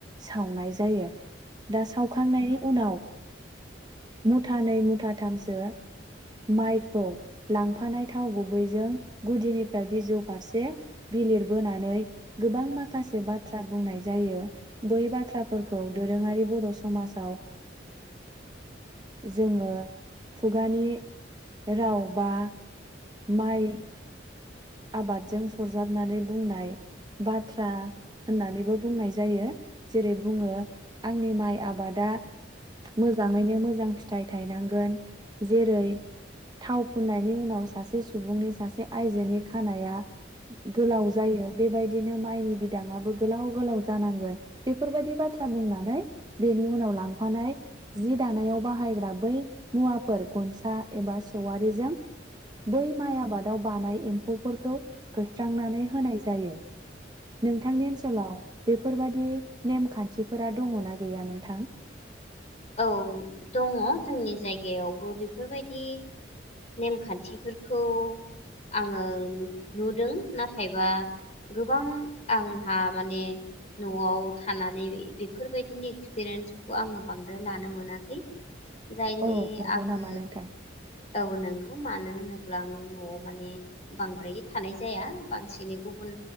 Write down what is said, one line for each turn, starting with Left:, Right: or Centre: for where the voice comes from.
Right: सावनाय जायो। दा सावखांनायनि उनाव मुथानै मुथाथामसो माइखौ लांफानाय थाव गुबैजों गुदिनिफ्राय बिजौ फारसे बिलिर बोनानै गोबां माखासे बाथ्रा बुंनाय जायो। बै बाथ्राफोरखौ दोरोङारि बर' समाजाव जोङो खुगानि राव बा माइ आबादजों सरजाबनानै बुंनाय बा <unintelligible> होननानैबो बुंनाय जायो। जेरै बुङो आंनि माइ आबादा मोजाङैनो मोजां फिथाइ थायनांगोन। जेरै थाव फुननायनि उनाव सासे सुबुंनि सासे आयजोनि खानाया गोलाव जायो बेबायदिनो माइनि बिदाङाबो गोलाव गोलाव जानांगोन। बेफोरबायदि बाथ्रा बुंनानै बेनि उनाव लांफानाय जि दानायाव बाहायग्रा बै मुवाफोर गनसा एबा सि वारिजों बै माइ आबाद दाव बानाय एम्फौफोरखौ होस्रांनानै होनाय जायो। नोंथांनि ओनसोलाव बेफोरबादि नेमखान्थिफोरा दंङ ना गैया नोंथां।
Left: औ दङ' जोंनि जायगायावबो बेफोरबादि नेम खान्थिफोरखौ आंङो नुदों नाथायबा गोबां आंहा माने नआव थानानै बेफोरबादिनि एक्सपिरेन्सखौ आंङो बांद्राय लानो मोनाखै। जायनि
Right: औ नंगौ
Left: आङो
Right: नामा नोंथां
Left: औ नोंगौ मानो होनोब्ला आं नआव माने बांद्रायै थानाय जाया बांसिनै गुबुन